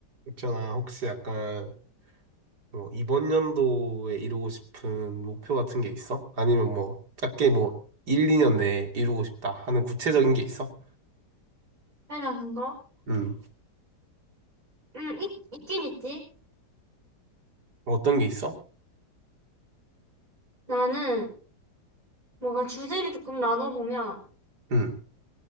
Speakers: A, on the right (about 70°); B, on the right (about 50°).
A: 있잖아, 혹시 약간 뭐 이번 연도에 이루고 싶은 목표 같은 게 있어? 아니면 뭐 작게 뭐 1, 2년 내에 이루고 싶다 하는 구체적인 게 있어?
B: 해니나 그거?
A: 음,
B: 응, 있, 있긴 있지.
A: 어떤 게 있어?
B: 나는 뭔가 주제를 조금 나눠보면
A: 음,